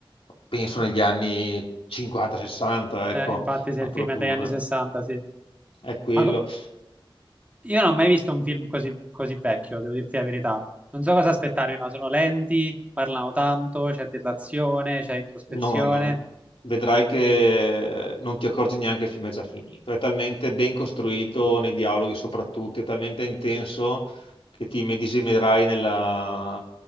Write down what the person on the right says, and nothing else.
Eh, infatti, se
il
film è dagli anni 60, sì.
Ma co- io non ho mai visto un film così, così vecchio, devo dirti la verità. Non so cosa aspettarmi, ma sono lenti, parlano tanto, c'è dell'azione, c'è introspezione.